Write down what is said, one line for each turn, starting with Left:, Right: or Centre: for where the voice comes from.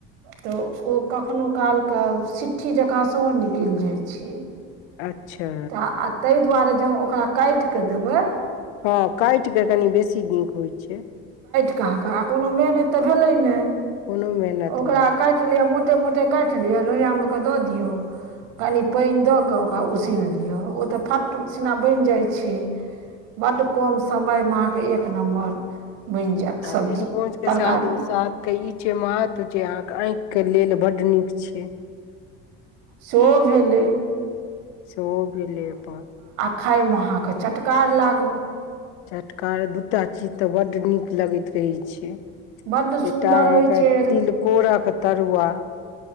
Right: तऽ ओ कखनो कालके सिट्ठी जकाँ सेहो निकलि जाइत छैय।
Left: अच्छा
Right: तऽ आ ताहि दुआरे जे ओकरा काटि कऽ देबै।
Left: <inaudible>
Right: कह आ कोनो मेहन तऽ भेलै ने
Left: कोनो मेहनत
Right: ओकरा
Left: नहि
Right: काटि लि मो मोटे मोटे काटि लिय लोहिया मे के द दियऔ कनि पानि द के ओकरा उ सन लिअ ओ तऽ फट सिना बनि जाइ छैय। बड कम समयमे अहाँके एक नम्बर बनि जायत
Left: आ
Right: सब्जी
Left: एकोच के
Right: तरकारी
Left: साग साग के ई छैय महत्व जे आँखि के लेल बड नीक छैय। छैय
Right: सेहो भेलै
Left: सेहो भेलै अपन
Right: खाइमे अहाँके चटकार लागत।
Left: चटका दू टा चीज तऽ बड नीक लगैत रहैत छैय।
Right: बड्ड सुन्दर
Left: एकटा अहाँके
Right: होइ छै
Left: तिलकोरक तरुआ।